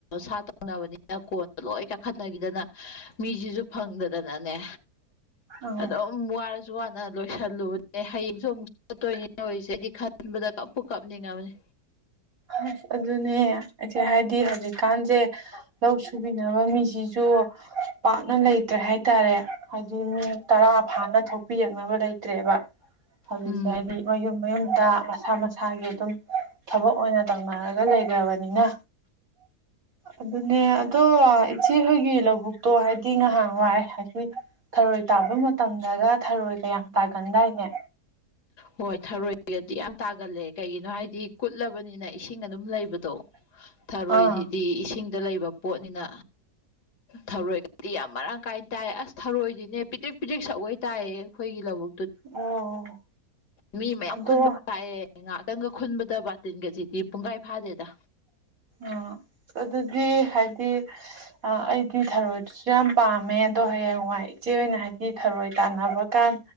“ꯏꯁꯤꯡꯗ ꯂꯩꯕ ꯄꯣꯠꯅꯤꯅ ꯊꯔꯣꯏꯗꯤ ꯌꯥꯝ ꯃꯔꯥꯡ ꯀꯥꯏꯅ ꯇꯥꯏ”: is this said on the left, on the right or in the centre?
Left